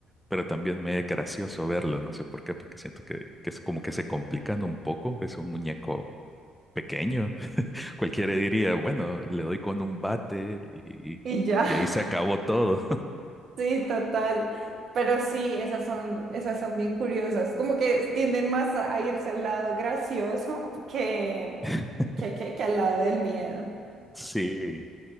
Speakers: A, in the centre; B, on the right.
A: pero también me es gracioso verlo, no sé por qué, porque siento que, que es como que se complican un poco, es un muñeco pequeño. <laughs> Cualquiera diría, bueno, le doy con un bate y,
B: Y ya.
A: y ahí se acabó todo.
B: Sí, total. Pero sí, esas son, esas son bien curiosas. Como que tienden más a a irse al lado gracioso que,
A: <laughs>
B: que, que, que al lado del miedo.
A: Sí,